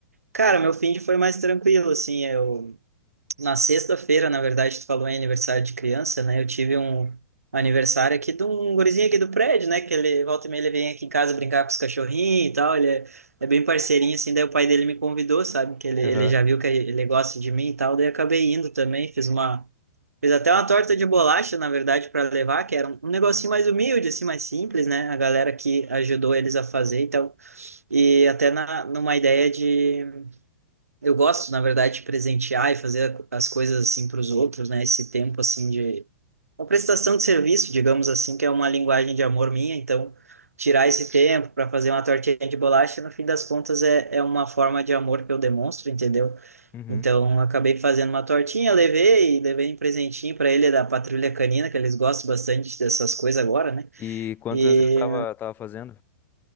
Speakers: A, on the right; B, on the left.
A: Cara, meu fim de foi mais tranquilo, assim, eu... Na sexta-feira, na verdade, tu falou em aniversário de criança, né? Eu tive um aniversário aqui de um gurizinho aqui do prédio, né? Que ele volta e meia ele vem aqui em casa brincar com os cachorrinhos e tal. Ele é, é bem parceirinho, assim. Daí o pai dele me convidou, sabe? Que ele, ele
B: Aham.
A: já viu que ele gosta de mim e tal. Daí eu acabei indo também. Fiz uma, fiz até uma torta de bolacha, na verdade, para levar, que era um, um negocinho mais humilde, assim, mais simples, né? A galera que ajudou eles a fazer e tal. E até na, numa ideia de eu gosto, na verdade, de presentear e fazer as coisas assim para os outros, né? Esse tempo assim de uma prestação de serviço, digamos assim, que é uma linguagem de amor minha. Então, tirar esse tempo para fazer uma tortinha de bolacha, no fim das contas, é, é uma forma de amor que eu demonstro, entendeu?
B: Uhum.
A: Então, eu acabei fazendo uma tortinha, levei e levei um presentinho para ele da Patrulha Canina, que eles gostam bastante dessas coisas agora, né?
B: E quantos
A: E
B: anos ele tava, tava fazendo?